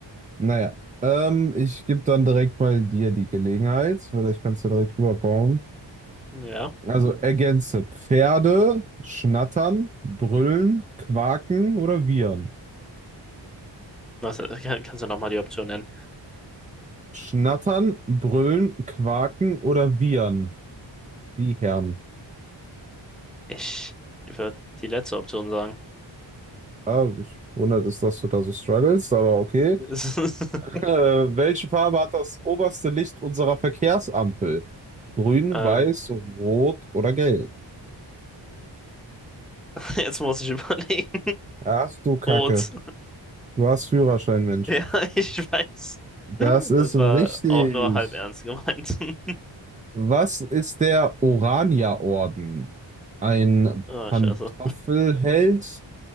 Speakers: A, on the right; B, in the centre.
A: Naja, ähm, ich gebe dann direkt mal dir die Gelegenheit. Vielleicht kannst du direkt rüberkommen.
B: ja.
A: Also ergänze. Pferde schnattern, brüllen, quaken oder wiehern.
B: Was, äh, kann, kannst du nochmal die Option nennen?
A: Schnattern, brüllen, quaken oder wiehern. Wiehern.
B: Ich würde die letzte Option sagen.
A: Ah, mich wundert es, dass du da so struggles, aber okay.
B: <laughs>
A: Äh, welche Farbe hat das oberste Licht unserer Verkehrsampel? Grün,
B: Ähm,
A: weiß, rot oder gelb?
B: jetzt muss ich <laughs> überlegen.
A: Ach du Kacke.
B: Rot.
A: Du hast Führerschein, Mensch.
B: Ja, ich weiß.
A: Das ist
B: Das
A: richtig.
B: war auch nur halb ernst gemeint. <laughs>
A: Was ist der Orania-Orden? Ein
B: Oh,
A: Pantoffelheld,
B: scheiße.